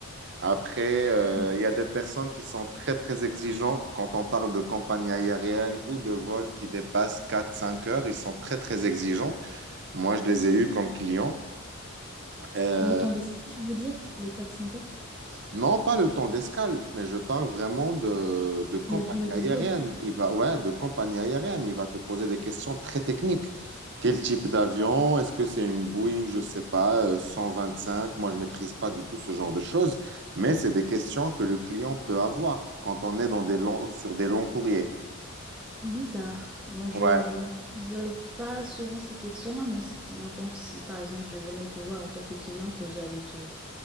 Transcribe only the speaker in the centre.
Oui.
Le temps d'essai, tu veux dire? Les quatre cinq heures?
La durée du
vol?
Bizarre. Moi, je,
je me pose euh, pas souvent ces questions-là. Moi, ce qui, en tant que si, par exemple, je venais te voir en tant que cliente, j'allais te,